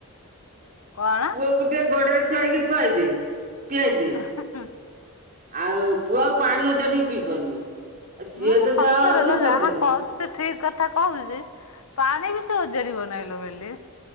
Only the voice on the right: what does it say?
ପୁଅକୁ ଟିକେ ଗୋଡରେ ଶୁଆଇକି ଖୁଆଇଦେ ପିଆଇଦେ।
ଆଉ ପୁଅ ଆଉ ପାଣି ଓଜାଡ଼ି ପିଇ ପାରୁନି। ଆଉ ସିଏ
ତ
ଯାହା ଅଳସିଆ
କରିଛନ୍ତି